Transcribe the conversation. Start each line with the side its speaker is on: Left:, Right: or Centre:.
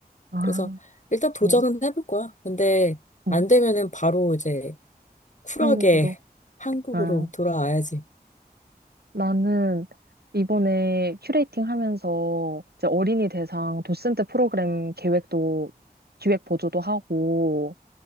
Right: 아,
Left: 그래서, 일단 도전은
Right: 음,
Left: 해볼 거야. 근데,
Right: 음.
Left: 안 되면은 바로 이제, 쿨하게
Right: 한국으로.
Left: 한국으로
Right: 아,
Left: 돌아와야지.
Right: 나는 이번에 큐레이팅 하면서 이제 어린이 대상 도슨트 프로그램 계획도, 기획 보조도 하고,